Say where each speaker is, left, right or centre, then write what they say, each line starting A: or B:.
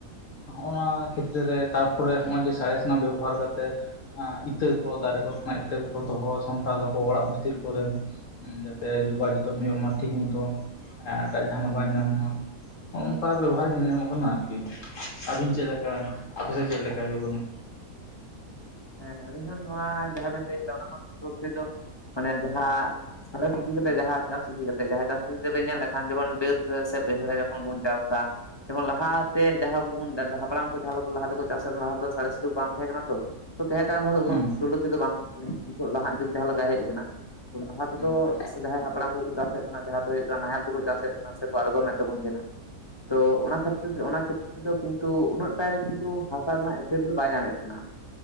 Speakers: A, on the left; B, on the left.
A: ᱚᱱᱟ ᱠᱷᱮᱛᱨᱮ ᱨᱮ ᱛᱟᱨᱯᱚᱨᱮ ᱱᱚᱜ ᱚᱚᱭ ᱡᱮ ᱥᱟᱲᱮᱥᱱᱟᱜ ᱵᱮᱵᱚᱦᱟᱨ ᱠᱟᱛᱮ ᱤᱛᱟᱹ ᱠᱚ ᱫᱟᱨᱮ ᱠᱚᱨᱮᱱᱟᱜ ᱤᱛᱟᱹ ᱠᱚ ᱫᱚᱦᱚ ᱥᱟᱢᱴᱟᱣ ᱫᱟᱠᱚ ᱚᱲᱟᱜ ᱵᱷᱤᱛᱤᱨ ᱠᱚᱨᱮ ᱡᱟᱛᱮ ᱡᱚᱜᱟᱣ ᱡᱚᱛᱚᱱ ᱦᱩᱭᱩᱜ ᱢᱟ ᱴᱷᱤᱠ ᱢᱚᱛᱚ ᱦᱮᱸ ᱮᱴᱟᱜ ᱡᱟᱦᱟᱱᱟᱜ ᱵᱟᱭ ᱧᱟᱢ ᱢᱟ ᱱᱚᱝᱠᱟ ᱵᱮᱵᱚᱦᱟᱨ ᱜᱮ ᱧᱮᱞ ᱧᱟᱢᱚᱜ ᱠᱟᱱᱟ ᱟᱨᱠᱤ ᱟᱹᱵᱤᱱ ᱪᱮᱫᱠᱟ ᱟᱯᱮ ᱥᱮᱫ ᱪᱮᱫ ᱞᱮᱠᱟ ᱦᱩᱭᱩᱜ ᱠᱟᱱᱟ
B: ᱦᱮᱸ ᱟᱹᱞᱤᱧ ᱦᱚᱸ ᱱᱚᱣᱟ ᱡᱟᱦᱟᱸ ᱵᱮᱱ ᱞᱟᱹᱭ ᱠᱮᱫᱟ ᱚᱱᱟ ᱦᱚᱸ ᱯᱚᱨᱟ ᱯᱩᱨᱤ ᱫᱚ ᱢᱟᱱᱮ ᱡᱟᱦᱟᱸ ᱟ ᱤᱫᱤ ᱠᱟᱛᱮ ᱡᱟᱦᱟᱸ ᱪᱟᱥ ᱤᱫᱤ ᱠᱟᱛᱮ ᱡᱟᱦᱟᱸ ᱪᱟᱥ ᱤᱫᱤ ᱠᱟᱛᱮᱵ ᱧᱮᱞ ᱞᱮᱠᱷᱟᱱ ᱡᱮᱢᱚᱱ ᱵᱟᱹᱫ ᱥᱮ ᱵᱟᱹᱭᱦᱟᱹᱲ ᱨᱮ ᱡᱚᱠᱷᱚᱱ ᱵᱚᱱ ᱪᱟᱥᱟ ᱡᱮᱢᱚᱱ ᱞᱟᱦᱟᱛᱮ ᱡᱟᱦᱟᱸ ᱵᱚᱱ ᱦᱟᱯᱲᱟᱢ ᱠᱚ ᱡᱟᱦᱟᱸ ᱞᱟᱦᱟ ᱛᱮᱠᱚ ᱪᱟᱥ ᱞᱟᱦᱟ ᱥᱟᱬᱮᱥ ᱵᱟᱝ ᱛᱟᱦᱮᱸ ᱠᱟᱱᱟ ᱛᱚ ᱛᱚ ᱛᱟᱦᱮᱸ ᱠᱟᱱᱟᱱ ᱨᱮᱦᱚᱸ
A: ᱦᱩᱸ
B: ᱩᱱᱟᱹᱜᱱᱚᱛ ᱫᱚ ᱵᱟᱝ ᱱᱤᱛᱚᱜ ᱞᱟᱦᱟᱜ ᱡᱩᱜᱽ ᱡᱟᱦᱟᱸᱮ ᱞᱮᱠᱟ ᱦᱮᱡ ᱟᱠᱟᱱᱟ ᱞᱟᱦᱟ ᱛᱮᱫᱚ
A: ᱦᱩᱸ
B: ᱥᱮ ᱡᱟᱦᱟᱸᱭ ᱦᱟᱯᱲᱟᱢ ᱠᱚᱠᱚ ᱪᱟᱥᱮᱫ ᱛᱟᱦᱮᱸᱟᱸ ᱫᱚ ᱦᱩᱭᱩᱜ ᱠᱟᱱᱟ ᱱᱟᱦᱮᱞ ᱛᱮᱠᱚ ᱪᱟᱥᱮᱫ ᱛᱟᱦᱮᱸ ᱠᱚ ᱟᱬᱜᱚᱢᱮᱫ ᱛᱟᱵᱚᱱ ᱛᱟᱦᱮᱱᱟ ᱛᱚ ᱚᱱᱟ ᱠᱷᱟᱹᱛᱤᱨ ᱛᱮ ᱫᱚ ᱠᱤᱱᱛᱩ ᱩᱱᱟᱹᱜ ᱴᱟᱭ ᱨᱮ ᱠᱤᱱᱛᱩ ᱦᱟᱥᱟ ᱨᱮᱱᱟᱜ ᱮᱯᱷᱮᱴ ᱫᱚ ᱵᱟᱭ ᱧᱟᱢᱮᱫ ᱛᱟᱦᱮᱱᱟ